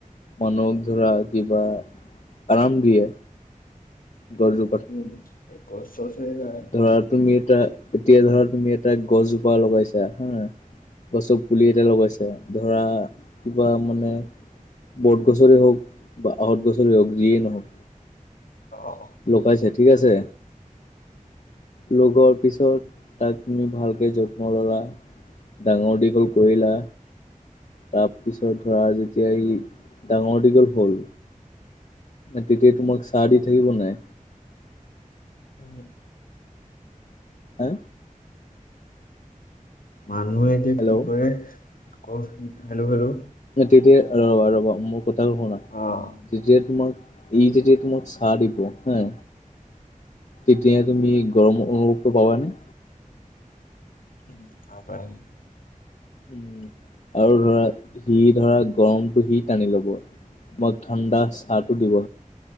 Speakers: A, on the left; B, on the left.
A: মানুহক ধৰা কিবা আৰাম দিয়ে। গজু
B: উম, গছ চছ সেইয়া
A: ধৰা তুমি এটা এতিয়া ধৰা তুমি এটা গছজোপা লগাইছা হয় নহয়। গছৰ পুলি এতিয়া লগাইছে ধৰা। কিবা মানে বট গছৰেই হওক বা আঁহত গছৰেই হওক যিয়েই নহওক।
B: অ
A: লগাইছে ঠিক আছে। লগোৱাৰ পিছত তাক তুমি ভালকৈ যত্ন ল'লা। ডাঙৰ দীঘল কৰিলা। তাৰপিছত ধৰা যেতিয়া ই ডাঙৰ দীঘল হ'ল। তেতিয়া তোমাক ছাঁ দি থাকিব নাই।
B: উম
A: হা
B: মানুহে এতিয়া
A: হেল্ল'
B: কি কৰে ক হেল্লো- হেল্লো
A: তেতিয়া ৰবা ৰ'বা মোৰ কথাটো শুনা
B: আহ
A: যেতিয়া তোমাক এই যেতি তোমাক চাৰ দিব হা তেতিয়া তুমি গৰম অনুভৱটো পাবানে
B: উম আ <unintelligible>
A: উম আৰু ধৰা সি ধৰা গৰমটো সি টানি ল'ব তোমাক ঠাণ্ডা চাহটো দিব